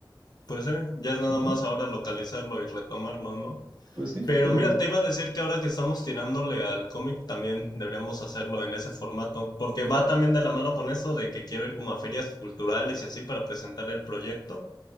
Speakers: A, on the left; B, on the right.
A: Pues sí, ya es nada
B: Ajá,
A: más ahora localizarlo y retomarlo, ¿no?
B: pues sí,
A: Pero
B: pero
A: mira, te iba a decir que ahora que estamos tirándole al cómic, también deberíamos hacerlo en ese formato, porque va también de la mano con eso de que quiero ir como a ferias culturales y así para presentar el proyecto.